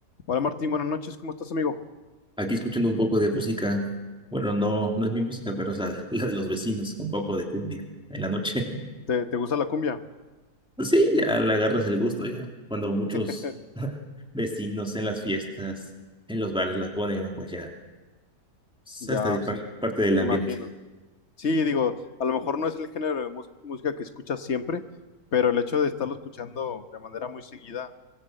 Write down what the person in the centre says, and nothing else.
Aquí escuchando un poco de música. Bueno, no, no es mi música, pero es la, <laughs> la de los vecinos, un poco de cumbia en la noche. <laughs>
Pues Sí, ya le agarras el gusto ya. Cuando muchos
<laughs> vecinos en las fiestas, en los bares la ponen, ¿no? Pues ya, es
hasta di- par-
parte del
ambiente.